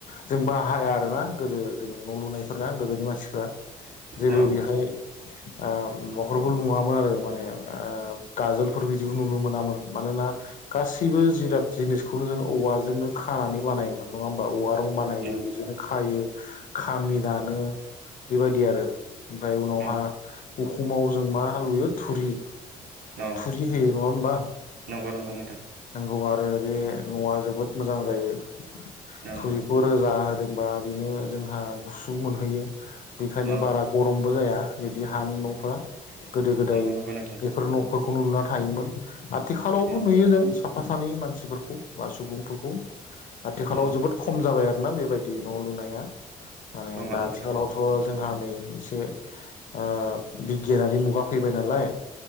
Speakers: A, on the left (about 45°); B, on the right (about 55°).
A: जों बाहाया आरोना गोदो जों न' लुनायफोरना गोदोनि मानसिफ्रा जेबो
B: अ
A: बेहाय ओ महरमोन नुवामोन आरो ओ माने गाजोलफोर बिदि जिबो नुनो मोनामोन मानोना गासैबो जिराद जिनिसखौनो जों औवाजोंनो खानानै बानाय नङा होमबा औवा रं बानायो
B: अ
A: बिदिनो खायो खामि दानो बेबायदि आरो। ओमफाय उनावहा
B: अ
A: उखुमाव जों मा हालुयो थुरि
B: अ
A: फुरि होयो नङा होमबा
B: नंगौ नंगौ नोंथां
A: नंगौ आरो। बे न'आ जोबोद मोजां जायो
B: अ
A: थुरिखौ रोजा होदोंबा। बेनो जोंहा गुसु मोनहैयो बेखायनो
B: अ
A: बारा गरमबो जाया। बिदि हानि न'फोरा गोदो गोदाय
B: नंगौ नंगौ नोंथां
A: बेफोर न'फोरखौनो लुना थायोमोन। आथिखालावबो
B: अ
A: नुयो जों साफा सानै मानसिफोरखौ बा सुबुंफोरखौ । आथिखालाव
B: अ
A: जोबोद खम जाबाय आरोना बेबायदि न' लुनाया । माने
B: नंगौ
A: दा
B: नंगौ
A: आथिखालावथ'
B: नोंथां
A: जोंहा नै एसे आ बिगियानारि मुगा फैबाय नालाय